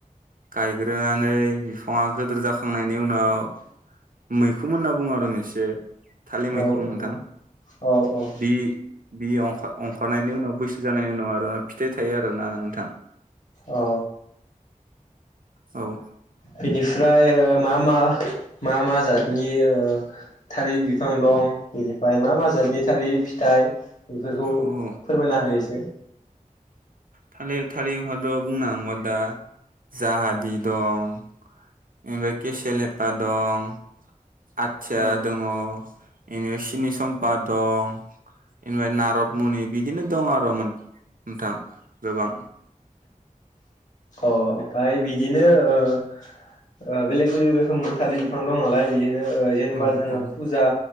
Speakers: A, on the right; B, on the left.
A: गायग्रोनानै बिफाङा गोदोर जाखांनायनि उनाव मैखोम होनना बुङो आरो एसे थालिर मैखोम
B: औ
A: नोंथां
B: औ औ औ
A: बि बि अंखा अंखारनायनि उनाव बैसो जानायनि उनाव आरो फिथाइ थाया- ना नोंथां
B: औ
A: औ
B: बेनि- फ्राय ओ मा मा मा मा जातनि थालिर बिफां दं बेनिफ्राय मा मा जादनि थालिर फिथाइ बेफोरखौ
A: औ
B: फोरमायना होयो इसे
A: थालिर थालिर होनना बुंनांगौबा दा जाहादि दं ओनिफ्राय केसेेल हेफा दं आथिया
B: अ
A: दङ इनिफाय सिनि समम्पा दं इनिफाय नारदमुनि बिदिनो दं आरो नोंथां गोबां
B: अ ओमफ्राय बिदिनो ओ ओ बेलेग बेलेग रोखोमनि थालिर बिफां दं नालाय बिदिनो जेनेबा
A: औ
B: जोङो
A: औ
B: फुजा